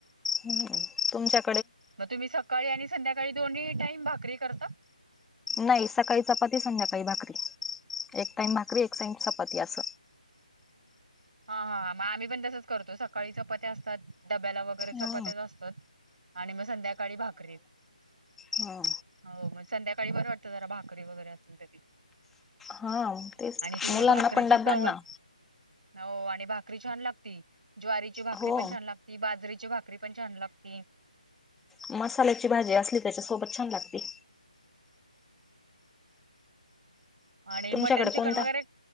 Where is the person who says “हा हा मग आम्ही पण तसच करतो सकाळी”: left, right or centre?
Right